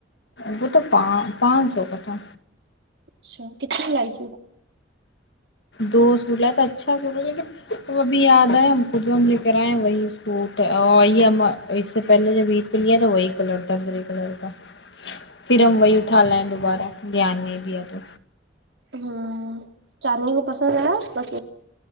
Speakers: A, on the left; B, on the right.
A: ب تو پان پانچ لو گ تھاھ تھا
B: اچھا کتنے کلائی س
A: دو سوٹ لائے تو اچھا سوٹ لیکن ا ابھی یاد آئے ہم کو جو ہم لے کر آئے ہیں وہی سوٹی ہم اس سے پ پہلے جب پلیا تو وہی کلر تھا گرے کلر کا پھر ہم وہی اٹا لائیں دوبارہ دھیان نہیں دیا تو
B: ہوں چاندنی کو پسند ہے رہا بس